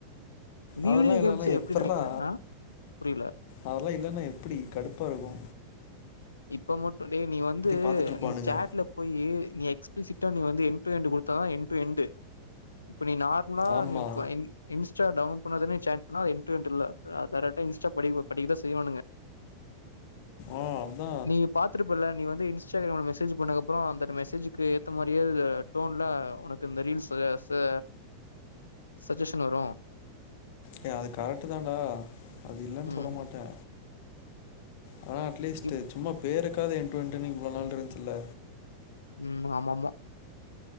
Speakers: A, on the left; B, on the left.
A: வீடியோ
B: அதெல்லா இல்லன்னா
A: கேம்ஸ் எப்டி
B: எப்பரா
A: நெனைக்கிற ஆ புரில
B: அதெல்லா இல்லன்னா எப்பிடி கடுப்பா இருக்கு
A: இப்ப மட்டு டே நீ வந்து
B: பாத்துட்டு இருப்பானுங்க
A: நீ சேட்ல போய் நீ எக்ஸ்பிசிட்டா நீ வந் து எண்டு எண்டு குடுத்தா எண்டு எண்டு இப்ப நீ நார்மலா
B: ஆமா
A: நீ வ இன்ஸ்டா டவுன் புண்ணாதுனு சேட் பண்ணா என் டு எண்டுல அது கரெக்ட்டா இன்ஸ்டா படிக்குபோ படிக்கதா செய்வாணுங்க
B: ம் அதா
A: நீங்க பாத்துருப்பல்ல நீ வந்து இன்ஸ்டாகிராம்ல மெசேஜ் பண்ணக்கப்புறோ அந்த மெசேஜுக்கு ஏத்த மாரியே டோன்ல உனக்கு இந்த ரீல்ஸ்ஸு சஜஷன் வரு
B: ஏ அது கரெக்ட்டுதான்டா அது இல்லன்னு
A: ம்
B: சொல்லமாட்டே ஆனா அட்லீஸ்ட்
A: இப்
B: சும்மாப் பேருக்காவது எனட்டு என்ட்டுன்னக்கு இவ்வளோ நாள் இருந்ச்சில்ல
A: ம் ஆமாமா